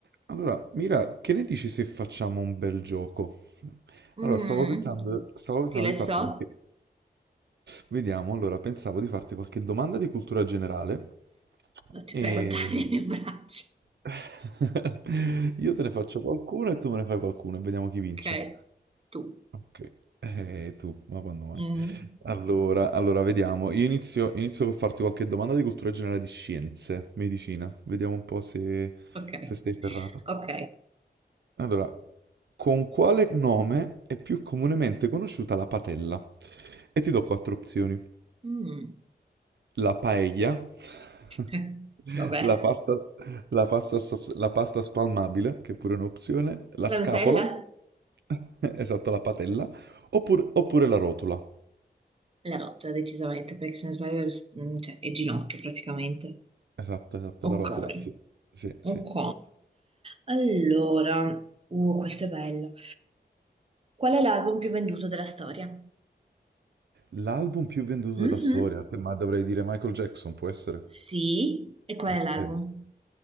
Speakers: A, on the right; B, on the right.
A: Allora, Mira, che ne dici se facciamo un bel gioco?
B: Mm,
A: Allora, stavo pensando, stavo pensando
B: stile
A: di
B: so?
A: farti qualche... Vediamo, allora, pensavo di farti qualche domanda di cultura generale
B: No, ti
A: e...
B: prego, <laughs> tagliami un braccio.
A: <laughs> Io te ne faccio qualcuno e tu me ne fai qualcuno e vediamo chi vince.
B: Ok, tu.
A: Ok, eh, tu, ma quando mai?
B: Mm,
A: Allora, allora, vediamo. Io inizio, inizio col farti qualche domanda di cultura generale di scienze, medicina. Vediamo un po' se,
B: ok,
A: se sei ferrata.
B: ok.
A: Allora, con quale nome è più comunemente conosciuta la patella? E ti do quattro opzioni.
B: Mm.
A: La paella, <laughs>
B: eh, Vabbè.
A: la pasta, la pasta so- la pasta spalmabile, che è pure un'opzione, la
B: La
A: scapola,
B: Nutella?
A: <laughs> esatto, la patella, oppure, oppure la rotula.
B: La rotta, decisamente, perché se non sbaglio, mm, cioè, è ginocchio praticamente.
A: Esatto, esatto,
B: Ok,
A: la rotula, sì, sì,
B: ok.
A: sì.
B: Allora, uh, questo è bello. Qual è l'album più venduto della storia?
A: L'album più venduto della
B: Mhm.
A: storia, ma dovrei dire Michael Jackson, può essere?
B: Sì, e qual
A: Ok.
B: è l'album?